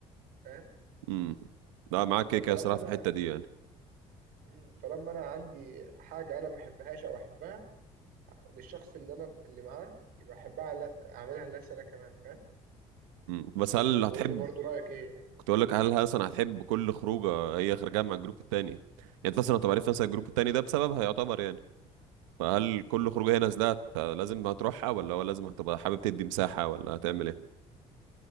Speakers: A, on the right; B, on the right.
A: فاهم
B: امم لا معاك كده
A: فطالما
B: كده صراحه
A: انا
B: في الحته دي يعني
A: مم، طالما انا عندي حاجه انا ما احبهاش او احبها للشخص اللي انا اللي معاه يبقى احبها على- اعملها لنفسي انا كمان فاهم
B: امم بس هل هتحب
A: وقول لي برضو رايك ايه يعني
B: كنت اقول لك هل اصلا هتحب كل خروجه هي خارجه مع الجروب التاني يعني انت اصلا لو عرفت مثلا الجروب التاني ده بسببها يعتبر يعني فهل
A: مم.
B: كل خروجه هي نازله هت- لازم هتروحها ولا هو لازم هتبقى حابب تدي مساحه ولا هتعمل ايه